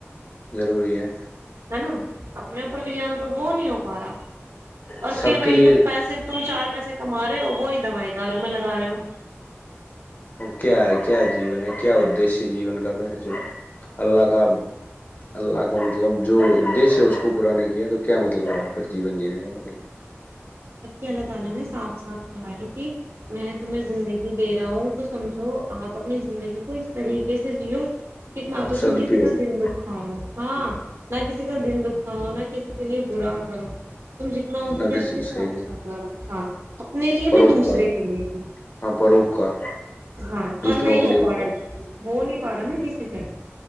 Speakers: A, on the left (about 45°); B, on the right (about 70°).
A: ضروری ہے
B: ہے نا اپنے آپ بریان تو وہ نہیں ہوتا اور
A: سب
B: پھر وہی
A: کے لیے
B: جو پیسے تم چار پیسے کما رہے ہو وہی دوائی داروں میں لگا رہے ہو
A: کیا ہے کیا جیون ہے کیا ادش جیون کا پھر جب اللہ کا اللہ کا مطلب جو ادش ہے اس کو پورا نہیں کیا تو کیا مطلب رہا پھر جیون جینے کا مطلب
B: جبک اللہ تعالی نے صاف صاف کہا ہے کہ میں تمہیں زندگی دے رہا ہوں تو سمجھو لپ اپنی زندگی کو اس طریقے سے جیو کتنا تو تم
A: سدپیوگ
B: کسی کا دل دکھاؤ ہاں نہ کسی کا دن دکھاؤ نہ کسی کے لیے برا کرو تم جتنا ہو سک
A: نہ کسی
B: کیا
A: صحیح
B: اچھا
A: ہے
B: گ <unintelligible> ہاں اپنے لیے
A: پروپکار
B: بھی دوسرے کے لیے بھی
A: ہاں پروپکار
B: ہاں پر
A: دوسروں
B: نہیں ہو
A: کے لیے اپکار
B: پا رہا ہے ہو نہیں فارم ہے گیسی پ